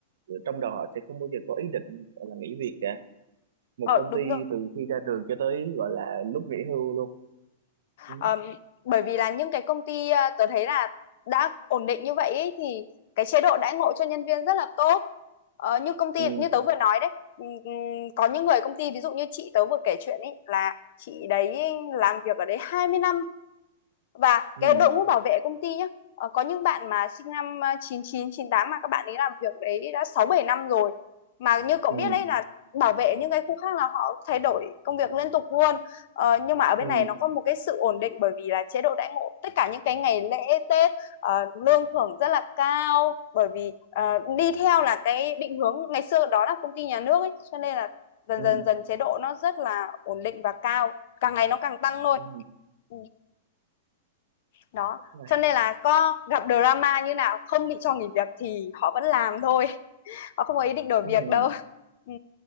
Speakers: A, on the right; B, on the left.
A: trong đầu họ sẽ không bao giờ có ý định gọi là nghỉ việc cả một
B: ờ
A: công
B: đúng
A: ty
B: rồi
A: từ khi ra trường cho tới gọi là lúc nghỉ hưu luôn ừ
B: Ờm, bởi vì là những cái công ty à, tớ thấy là đã ổn định như vậy ý, thì cái chế độ đãi ngộ cho nhân viên rất là tốt Ờ, như công ty
A: ừ
B: như tớ vừa nói đấy ừm, có những người công ty ví dụ như chị tớ vừa kể chuyện ấy là chị đấy làm việc ở đấy 20 năm và
A: ừ
B: cái đội ngũ bảo vệ công ty nhá ờ, có những bạn mà sinh năm ờ, chín chín chín tám mà các bạn ấy làm việc đấy đã 6 7 năm rồi mà như cậu
A: ừ
B: biết đấy là bảo vệ những cái khu khác là họ thay đổi công việc liên tục luôn ờ, nhưng mà ở bên
A: ừ
B: này nó có một cái sự ổn định bởi vì là chế độ đãi ngộ tất cả những cái ngày lễ Tết ờ, lương thưởng rất là cao bởi vì ờ, đi theo là cái định hướng ngày xưa đó là công ty nhà nước ấy cho nên là dần
A: ừ
B: dần dần chế độ nó rất là ổn định và cao càng ngày nó càng tăng thôi
A: ừ
B: Ừ đó
A: Này,
B: cho nên là có gặp drama như nào không bị cho nghỉ việc thì họ vẫn làm thôi <laughs> họ không có ý định đổi
A: ừ
B: việc đâu <laughs> ừ,